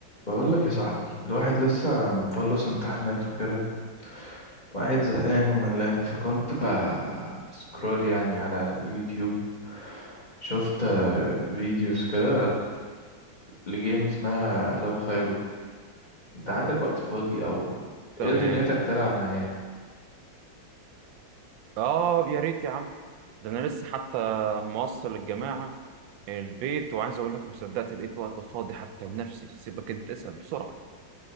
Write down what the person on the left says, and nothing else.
بقول لك يا صاحبي الواحد لسه مخلص امتحانات وكده وقاعد زهقان وملان فكنت بسكرول يعني على اليوتيوب شفت آه، فيديوز كده لجيم اسمها لو خيروك انت عندك وقت فاضي او
ايه دنيتك تلعب معايا